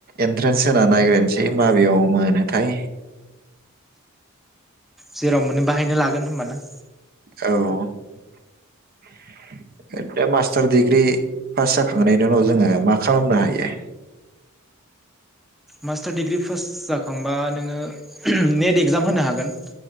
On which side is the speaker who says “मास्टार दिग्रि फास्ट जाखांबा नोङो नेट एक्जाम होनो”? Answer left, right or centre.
Centre